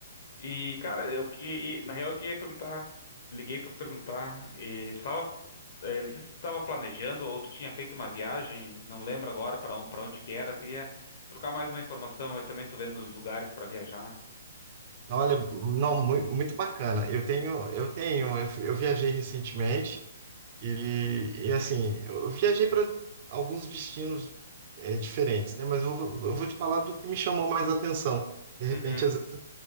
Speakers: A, on the left; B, on the right.
A: E cara, eu que e, na real eu queria perguntar, liguei pra perguntar, e, tu tava, eh, não sei se tu estava planejando ou tu tinha feito uma viagem, não lembro agora para para onde que era, eu queria trocar mais uma informação, eu também tô vendo lugares pra viajar.
B: Olha, não, mu- muito bacana. Eu tenho, eu tenho, eu, fui- eu viajei recentemente e, e, assim, eu viajei para alguns destinos é, diferentes, né? Mas eu, vou eu vou te falar do que me chamou mais atenção. De repente,
A: Uhum.
B: às, vezes-